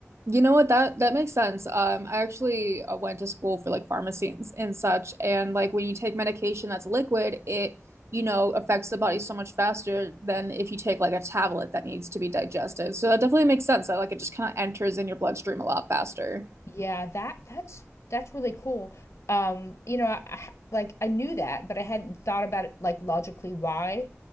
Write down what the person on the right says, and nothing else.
You know what? That that makes sense. Um, I actually uh, went to school for like pharmacy and, and such, and like when you take medication that's liquid, it you know affects the body so much faster than if you take like a tablet that needs to be digested. So that definitely makes sense that like it just kind of enters in your bloodstream a lot faster.